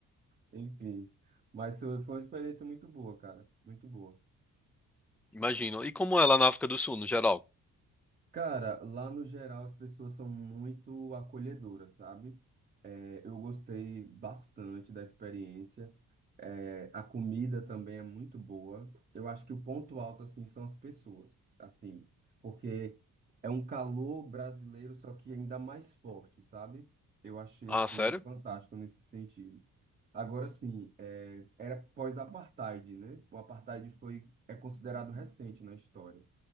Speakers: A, on the right; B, in the centre.
A: Enfim. Mas foi foi uma experiência muito boa, cara. Muito boa.
B: Imagino. E como é lá na África do Sul, no geral?
A: Cara, lá no geral as pessoas são muito acolhedoras, sabe? É, eu gostei bastante da experiência. É, a comida também é muito boa. Eu acho que o ponto alto, assim, são as pessoas, assim, porque é um calor brasileiro, só que ainda mais forte, sabe? Eu achei,
B: Ah,
A: assim,
B: sério?
A: fantástico nesse sentido. Agora, sim, é, era pós-apartheid, né? O apartheid foi, é considerado recente na história.